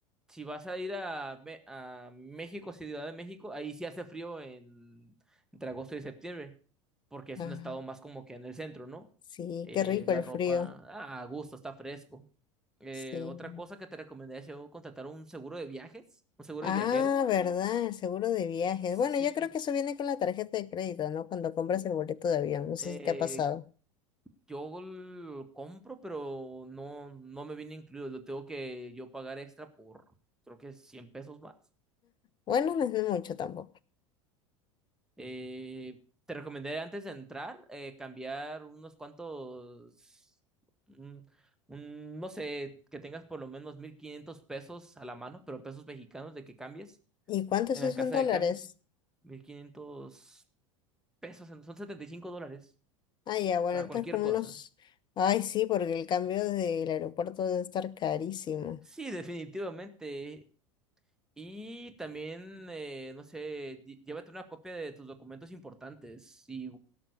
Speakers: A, in the centre; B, on the left.
A: si vas a ir a, Me- a México, Ciudad de México, ahí sí hace frío en, entre agosto y septiembre, porque es
B: Ah,
A: un estado más como que en el centro, ¿no?
B: sí,
A: Eh,
B: qué rico
A: la
B: el
A: ropa,
B: frío.
A: ah, a gusto, está fresco. Eh,
B: Sí.
A: otra cosa que te recomendaría es yo contratar un seguro de viajes, un seguro
B: Ah,
A: de viajero.
B: verdad, el seguro de viajes.
A: Sí,
B: Bueno, yo creo que eso viene con la tarjeta de crédito, ¿no? Cuando compras el boleto de avión, no sé
A: eh,
B: si te ha pasado.
A: Yo lo compro, pero no, no me viene incluido. Lo tengo que yo pagar extra por, creo que 100 pesos más.
B: Bueno, no es mucho tampoco.
A: Eh, te recomendé antes de entrar eh, cambiar unos cuantos, un- un- no sé, que tengas por lo menos 1.500 pesos a la mano, pero pesos mexicanos de que cambies
B: ¿Y cuánto
A: en
B: es
A: la
B: eso
A: casa
B: en dólares?
A: de cambio. mil quinientos pesos, en- son 75 dólares
B: Ah, ya, bueno,
A: para
B: entonces
A: cualquier
B: como
A: cosa.
B: unos... Ay, sí, porque el cambio del aeropuerto debe estar carísimo.
A: Sí, definitivamente. Y también, eh, no sé, di- llévate una copia de tus documentos importantes y